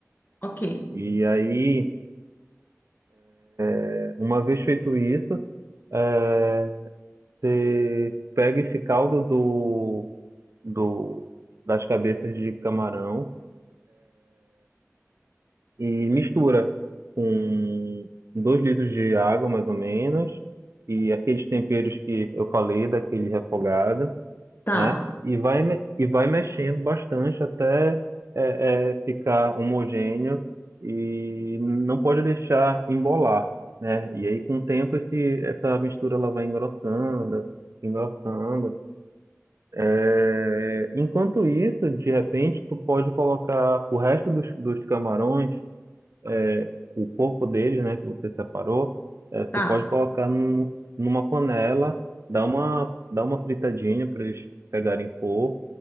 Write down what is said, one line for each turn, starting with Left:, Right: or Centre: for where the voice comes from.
Left: Ok.
Right: E aí, é, uma vez feito isso, é, você pega esse caldo do, do, das cabeças de camarão, e mistura com dois litros de água, mais ou menos, e aqueles temperos que eu falei, daquele refogado,
Left: Tá.
Right: né? E vai, me- e vai mexendo bastante até é, é, ficar homogêneo e não pode deixar embolar, né? E aí, com o tempo, esse, essa mistura ela vai engrossando, engrossando. É, enquanto isso, de repente, tu pode colocar o resto dos, dos camarões é, o corpo dele, né, que você separou, eh, você
Left: Tá.
Right: pode colocar num- numa panela, dar uma, dar uma fritadinha para eles pegarem cor,